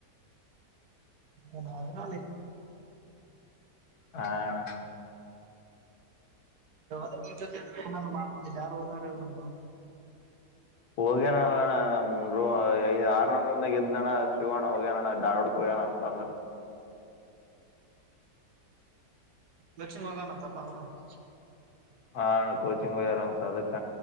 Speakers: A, on the right (about 70°); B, on the left (about 65°).
A: ಹ ನ ನ
B: ಹಣ
A: ದ ಜೊತೆ ಮಾಡಬುದುಿಲ್ಲ ಯಾರು ಹೋದ್ರ ಮಾಡ <unintelligible>
B: ಹೋಗ್ಯನಣಣ್ಣ ನ ಐದ್ ಆರ್ನೂಂದಾಗ ಇದ್ದನಣ್ಣ ಶಿವಣ್ಣ ಹೋಗ್ಯನಣ್ಣ ಧಾರವಾಡ ಹಯನ ಅಂತ ಅಂದ್ರ <unintelligible>
A: ದಕ್ಷಿಣ ಮಗಾನ ತಪ್ಪಾವಣ <unintelligible>
B: ಹಾಣ ಕೋಚಿಂಗ್ ಹೋಗ್ಯರ ಅಂತ ಅದಕ್ಕ